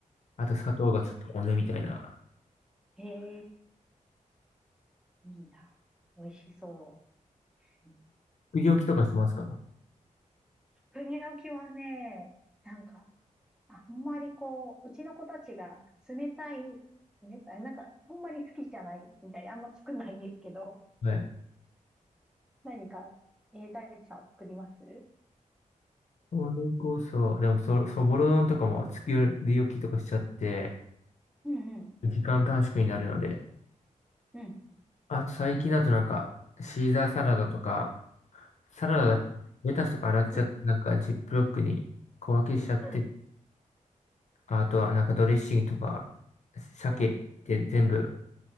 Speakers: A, on the left (about 60°); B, in the centre.
A: あと砂糖がちょっと多めみたいな。
B: うんへえ、いいな。美味しそう。うん
A: 作り置きとかしますか
B: 作りきはね、なんか、あんまりこう、うちの子たちが冷たい、冷たい、なんか、あんまり好きじゃないみたいで、あんま作んないんですけど、
A: はい。
B: 何か、えー、大地さんは作ります
A: それこそ、でもそ、そぼろ丼とかも作り置きとかしちゃって、
B: うんうん。
A: 時間短縮になるので。
B: うん
A: あと最近だとなんか、シーザーサラダとか、サラダだ、
B: ああん
A: レタスとか洗っちゃって、
B: う
A: なんかジップロックに小分けしちゃって、
B: ん
A: あとはなんかドレッシングとか、鮭って全部
B: うん、